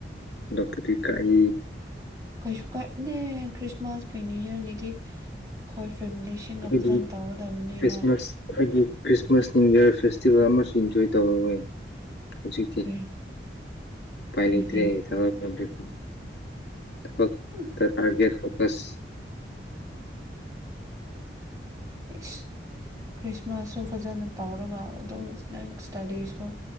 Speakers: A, on the left; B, on the right.
A: ꯍꯥꯜꯂꯛꯕꯗꯣ ꯢꯀꯥꯏ
B: ꯀꯩꯁꯨ ꯀꯥꯏꯗꯦ ꯈ꯭ꯔꯤꯁꯃꯥꯁꯀꯤ ꯅꯤꯌꯨ ꯌꯌꯥꯔꯒꯤꯗꯤ ꯑꯩꯈꯣꯏ ꯐꯦꯃꯤꯂꯤꯁꯤꯡꯒ
A: ꯑꯩꯗꯤ
B: ꯐꯖꯅ ꯇꯧꯒꯗꯕꯅꯤꯅ
A: ꯈ꯭ꯔꯤꯁꯃꯥꯁ ꯑꯩꯈꯣꯏꯒꯤ ꯈ꯭ꯔꯤꯁꯃꯥꯁ ꯅꯅꯤꯌꯨ ꯌꯔ ꯐꯦꯁꯇꯤꯚꯦꯜ ꯑꯃꯁꯨ ꯏꯟꯖꯣꯏ ꯇꯧꯔꯅꯤ ꯍꯧꯖꯤꯛꯇꯤ
B: ꯀꯔꯤ
A: ꯄꯥꯏ
B: ꯀꯔꯤꯒꯤ
A: ꯂꯩꯇ꯭ꯔꯦ ꯊꯥꯕꯛ ꯐꯪꯗꯔꯤꯐꯥꯎ ꯊꯕꯛꯇꯥ
B: ꯎꯝ
A: ꯇꯔꯒꯦꯠ ꯐꯣꯀꯁ
B: ꯏꯁ ꯈ꯭ꯔꯤꯁꯃꯥꯁꯁꯨ ꯐꯖꯅ ꯇꯧꯔꯒ ꯑꯗꯨꯝ ꯅꯪ ꯏꯁꯇꯗꯤꯁꯨ